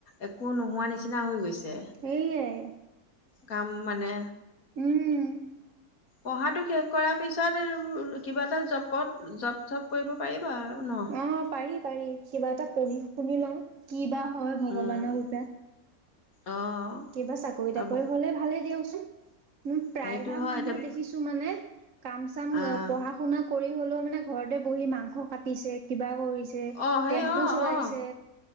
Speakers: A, on the left (about 70°); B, on the right (about 60°).
A: একো নোহোৱা নিচিনা হৈ গৈছে।
B: এইয়াই।
A: কাম মানে?
B: উম।
A: পঢ়াটো শেষ কৰাৰ পিছত কিবা এটা জবত জব চপ কৰিব পাৰিবা আৰু ন।
B: অ', পাৰি, পাৰি কিবা এটা পঢ়ি শুনি লওঁ, কি বা হয় ভগৱানৰ
A: উম
B: কৃপাত।
A: অ'
B: কিবা চাকৰি তাকৰি
A: আৰু
B: হ'লে ভালেই দিয়কচোন। প্ৰায়ভাগ
A: হেৰিটো হয়
B: মানুহক
A: এতিয়া
B: দেখিছোঁ মানে কাম-চাম
A: আহ
B: পঢ়া-শুনা। কৰি হ'লেও মানে ঘৰতে বহি মাংস কাটিছে, কিবা কৰিছে,
A: অ সেই
B: টেম্পু
A: অ
B: চলাইছে।
A: অ